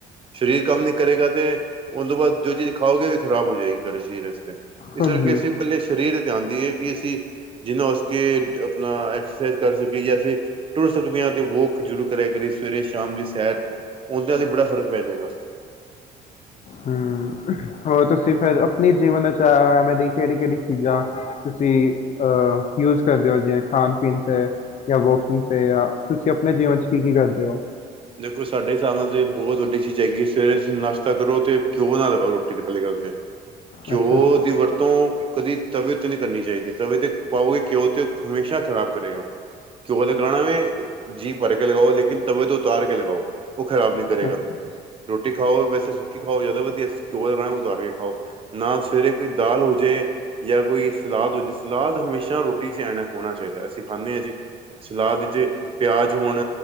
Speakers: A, on the right; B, on the left.
A: ਸਰੀਰ ਕੰਮ ਨੀ ਕਰੇਗਾ, ਤੇ ਉਹ ਤੋਂ ਬਾਅਦ ਜੋ ਚੀਜ਼ ਖਾਓਗੇ, ਖ਼ਰਾਬ ਹੋ ਜਾਏਗੀ, ਸਾਡੇ ਸਰੀਰ ਵਾਸਤੇ, ਇਸ
B: ਹਾਂਜੀ
A: ਕਰਕੇ ਅਸੀਂ ਪਹਿਲੇ ਸਰੀਰ ਤੇ ਆਉਂਦੀ ਹੈਏ ਕਿ ਅਸੀਂ, ਜਿਨਾ ਉਸ ਕੇ ਆਪਣਾ, ਐਕਸਰਸਾਈਜ਼ ਕਰ ਸਕੇ ਜੈਸੇ, ਤੁਰ ਸਕਦੇ ਹਾਂ, ਤੇ ਵੋਕ ਜ਼ਰੂਰ ਕਰਿਆ ਕਰੀ, ਸਵੇਰੇ ਸ਼ਾਮ ਦੀ ਸੈਰ, ਉਹਦੇ ਨਾਲ ਵੀ ਬੜਾ ਫ਼ਰਕ ਪੈ ਜਾਏਗਾ।
B: ਹਮ ਹੋਰ ਤੁਸੀਂ ਫਿਰ ਆਪਣੀ ਜੀਵਨ ਵਿੱਚ ਆਇ ਐਵੇਂ ਦੀ ਕਿਹੜੀ -ਕਿਹੜੀ ਚੀਜ਼ਾਂ, ਤੁਸੀਂ ਅਹ ਯੂਜ ਕਰਦੇ ਹੋ, ਜਿਵੇਂ ਖਾਣ ਪੀਣ ਤੇ, ਜਾਂ ਵੋਕਿੰਗ ਤੇ ਜਾਂ ਤੁਸੀਂ ਆਪਣੇ ਜੀਵਨ ਚ ਕੀ- ਕੀ ਕਰਦੇ ਹੋ?
A: ਦੇਖੋ ਸਾਡੇ ਹਿਸਾਬ ਨਾਲ ਤੇ ਬਹੁਤ ਵੱਡੀ ਚੀਜ਼ ਹੈਗੀ, ਸਵੇਰੇ ਤੁਸੀਂ ਨਾਸ਼ਤਾ ਕਰੋ ਤੇ ਘਿਓ ਨਾ ਲਗਾਓ ਰੋਟੀ ਦੇ ਪਹਿਲੀ ਗੱਲ ਤੇ, ਘਿਓ
B: ਅੱਛਾ, ਜੀ,
A: ਦੀ ਵਰਤੋਂ ਕਦੀ ਤਵੇ ਤੇ, ਨਹੀ ਕਰਨੀ ਚਾਹੀਦੀ ਤਵੇ ਤੇ ਪਾਓਗੇ ਘਿਓ ਤੇ ਹਮੇਸ਼ਾ ਖ਼ਰਾਬ ਕਰੇਗਾ, ਘਿਉਂ ਲਗਾਣਾ ਵੇ, ਜੀ ਭਰ ਕੇ ਲਗਾਓ ਲੇਕਿਨ ਤਵੇ ਤੋਂ, ਉਤਾਰ ਕੇ ਲਗਾਓ, ਉਹ ਖਰਾਬ ਨੀ ਕਰੇਗਾ,
B: ਅੱਛਾ,
A: ਰੋਟੀ ਖਾਓ ਵੈਸੇ ਸੁੱਕੀ ਖਾਓ ਜ਼ਿਆਦਾ ਵਧੀਆ, ਘਿਓ ਲਗਾਣਾ ਉਤਾਰ ਕੇ ਖਾਓ, ਨਾਲ ਸਵੇਰੇ ਫੇਰ ਦਾਲ ਹੋਜੇ, ਜਾਂ ਕੋਈ ਸਲਾਦ ਹੋ ਜਾੇ, ਸਲਾਦ ਹਮੇਸ਼ਾ ਰੋਟੀ ਚ ਐ ਹੋਣਾ ਚਾਹੀਦਾ, ਅਸੀਂ ਖਾਂਦੇ ਹਾਂ ਜੀ, ਸਲਾਦ ਚ ਪਿਆਜ ਹੋਣ